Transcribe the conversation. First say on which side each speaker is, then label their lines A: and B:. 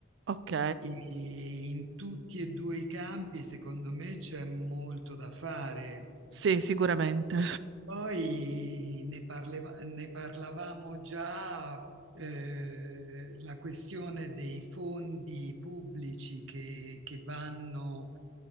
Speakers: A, on the right; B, on the right.
A: Ok,
B: e in tutti e due i campi, secondo me, c'è molto da fare.
A: sì, sicuramente.
B: Poi ne parleva- ne parlavamo già, eh, la questione dei fondi pubblici che, che vanno